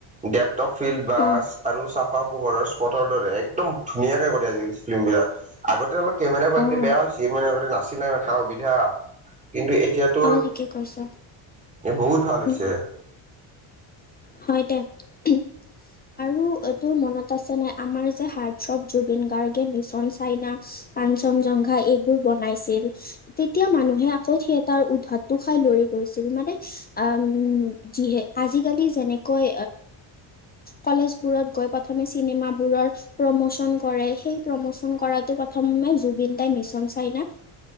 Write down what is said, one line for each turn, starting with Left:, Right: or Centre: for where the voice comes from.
Right: ডেপটপ ফিল্ড বাছ
Left: অ',
Right: আৰু চাফা পোহৰৰ স্পটৰ দৰে একদম ধুনীয়াকে কৰে আজিকালি ফিল্ম বিলাক। আগতে অলপ কেমেৰা কোৱালিটি
Left: অ',
Right: বেয়া হৈছিল, মানে আগতে নাছিলে মানে সা-সুবিধা। কিন্তু এতিয়া তোৰ,
Left: অ', ঠিকে কৈছ
Right: বহুত ভাল হৈছে।
Left: উম, হয় দে, ঠিক। আৰু এইটোৰ মনত আছে নে, আমাৰ হাৰ্ডথ্ৰ' জুবিন গাৰ্গে মিচন চাইনা কাঞ্চনজংঘা এইবোৰ বনাইছিল। তেতিয়া মানুহে আকৌ থিয়েতাৰ উদ্ধাতোৰ খাই দৌৰি গৈছিল, মানে আ যিহে আজিকালি যেনেকৈ কলেজবোৰত গৈ প্ৰথমে চিনেমাবোৰৰ প্ৰমোচন কৰে, সেই প্ৰমোচন কৰাটো প্ৰথমে জুবিন দাই মিছন চাইনা